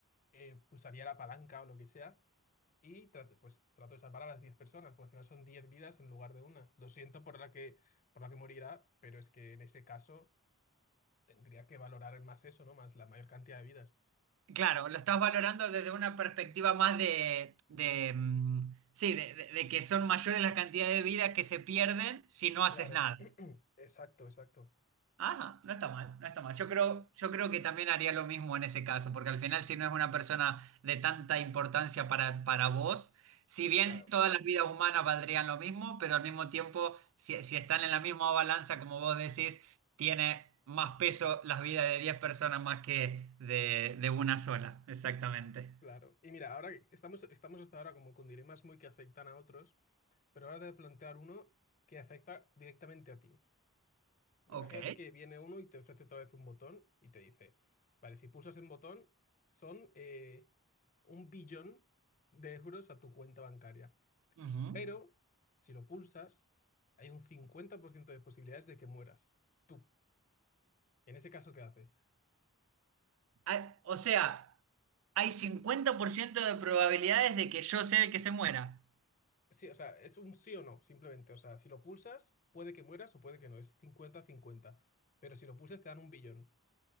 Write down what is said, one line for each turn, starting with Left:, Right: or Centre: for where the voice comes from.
Left: eh, pulsaría la palanca o lo que sea y trato, pues trato de salvar a las 10 personas, porque al final son 10 vidas en lugar de una. Lo siento por la que, por la que morirá, pero es que en ese caso tendría que valorar más eso, ¿no? Más la mayor cantidad de vidas.
Right: Claro, lo estás valorando desde una perspectiva más de, de, mm, sí, de, de- de que son mayores las cantidades de vidas que se pierden si no
Left: Claro,
Right: haces nada.
Left: <clears throat> exacto, exacto.
Right: Ajá, no está mal, no está mal. Yo creo, yo creo que también haría lo mismo en ese caso, porque al final si no es una persona de tanta importancia para, para vos, si bien
Left: Claro.
Right: todas las vidas humanas valdrían lo mismo, pero al mismo tiempo, si, si están en la misma balanza, como vos decís, tiene más peso las vidas de 10 personas más que de, de una sola, exactamente.
Left: Claro. Y mira, ahora que estamos, estamos hasta ahora como con dilemas muy que afectan a otros, pero ahora te voy a plantear uno que afecta directamente a ti.
Right: Ok.
Left: Imagínate que viene uno y te ofrece otra vez un botón y te dice, vale, si pulsas en botón, son eh, un billón de euros a tu cuenta bancaria.
Right: Ujú.
Left: Pero si lo pulsas, hay un 50% de posibilidades de que mueras. Tú. En ese caso, ¿qué haces?
Right: Ah, O sea, hay 50% de probabilidades de que yo sea el que se muera.
Left: Sí, o sea, es un sí o no, simplemente. O sea, si lo pulsas, puede que mueras o puede que no, es cincuenta-cincuenta. Pero si lo pulsas, te dan un billón.